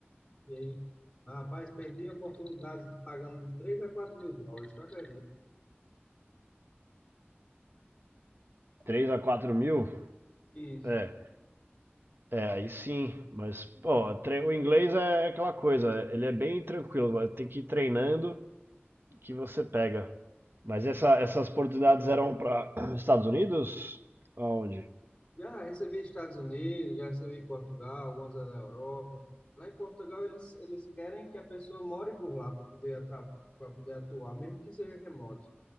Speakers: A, on the left; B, on the right.
A: E aí, mas, rapaz, perdi a oportunidade de pagando de 3 a 4 mil dólares, tá acredito?
B: três a 4 mil?
A: Isso.
B: É, é, aí sim. Mas, pô, tre- o inglês é aquela coisa, ele é bem tranquilo, mas tem que ir treinando que você pega. Mas essa- essas oportunidades eram para <clears throat> Estados Unidos? Aonde?
A: Já recebi Estados Unidos, já recebi Portugal, algumas da Europa. Lá em Portugal, eles, eles querem que a pessoa more por lá para poder, atra- pra poder atuar, mesmo que seja remoto.